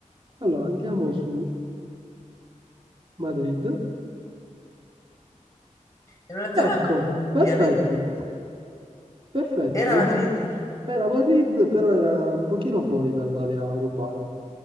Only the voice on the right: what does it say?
Allora, andiamo su Madrid.
Ecco,
perfetto.
Perfetto,
non-
era Madrid, però era un pochino fuori dall'area urbana.